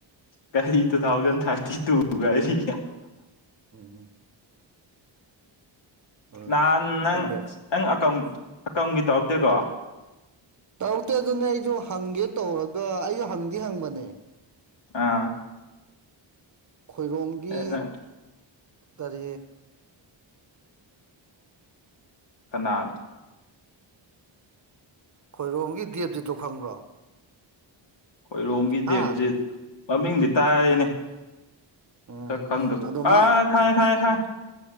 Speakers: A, on the left (about 65°); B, on the right (about 35°).
A: ꯀꯔꯤ ꯇꯨ ꯊꯥꯎꯖꯟ ꯊꯥꯔꯇꯤ ꯇꯨ ꯀꯔꯤ
B: ꯎꯝ ꯎꯝ
A: ꯅꯍꯥꯟ ꯅꯪ
B: ꯈꯪꯗꯦ
A: ꯅꯪ ꯑꯀꯝ ꯑꯀꯝꯒꯤ ꯇꯧꯔꯛꯇꯦꯀꯣ
B: ꯇꯧꯔꯛꯇꯦ ꯑꯗꯨꯅꯦ ꯑꯩꯁꯨ ꯍꯪꯒꯦ ꯇꯧꯔꯒ ꯑꯩ ꯍꯪꯗꯤ ꯍꯪꯕꯅꯦ
A: ꯑꯥ
B: ꯈꯣꯏꯔꯣꯝꯒꯤ
A: ꯑꯦ ꯅꯪ
B: ꯀꯔꯤ
A: ꯀꯅꯥꯅꯣ
B: ꯈꯣꯏꯔꯣꯝꯒꯤ ꯗꯦꯞꯖꯤꯠ ꯇꯣ ꯈꯪꯕ꯭ꯔꯣ
A: ꯈꯣꯏꯔꯣꯝꯒꯤ
B: ꯍꯥ
A: ꯗꯦꯞꯖꯤꯠ ꯃꯃꯤꯡꯗꯤ ꯇꯥꯔꯦꯅꯦ
B: ꯎꯝ
A: ꯃꯁꯛ ꯈꯪꯗꯕ
B: ꯑꯗꯣ
A: ꯑꯥ
B: ꯃꯥ
A: ꯈꯪꯉꯦ ꯈꯪꯉꯦ ꯈꯪꯉꯦ